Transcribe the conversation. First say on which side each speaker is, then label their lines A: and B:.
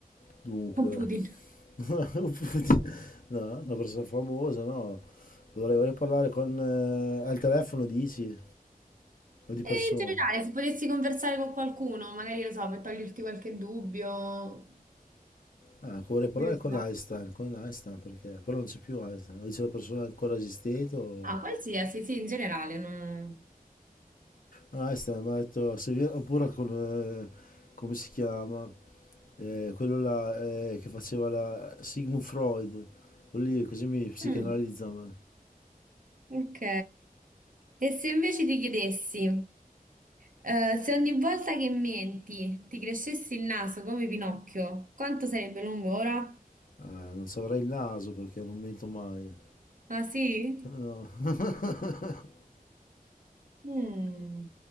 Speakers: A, on the left; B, on the right.
A: dunque,
B: Con Putin.
A: <laughs> Putin- no, una persona famosa, no, potrei, vorrei parlare con... eh, al telefono dici? O di
B: E
A: persona?
B: in generale, se potessi conversare con qualcuno, magari, non so, per toglierti qualche dubbio,
A: Ah, vorrei parlare
B: curiosità.
A: con Einstein, con Einstein perché... Però non c'è più Einstein, o c'è una persona ancora esistente o...
B: Ah, qualsiasi, sì, in generale, no.
A: Ah, sta, mi ha detto, se vi- oppure con, eh, come si chiama? Eh, quello là eh, che faceva la Sigmund Freud, quello lì così mi psicanalizza
B: Mm,
A: a me.
B: ok. E se invece ti chiedessi, eh, se ogni volta che menti ti crescessi il naso come Pinocchio, quanto sarebbe lungo ora?
A: Ah, non saprei il naso perché non mento mai.
B: Ah sì?
A: No. <laughs>
B: Mm,